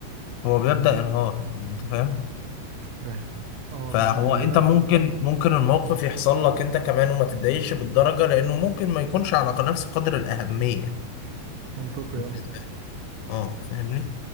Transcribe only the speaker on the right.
فاهم اه
بس خلينا
منطقي
اه